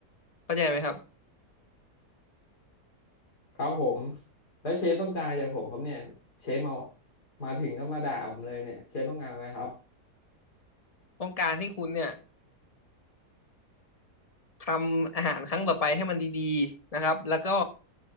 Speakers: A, on the left; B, on the left.
A: เข้าใจไหมครับ
B: ครับผมแล้วเชฟต้องการอะไรจากผมครับเนี่ยเชฟมามาถึงก็มาด่าผมเลยเนี่ยเชฟต้องการอะไรครับ
A: ต้องการให้คุณเนี่ย ทำอาหารครั้งต่อไปให้มันดีๆนะครับ แล้วก็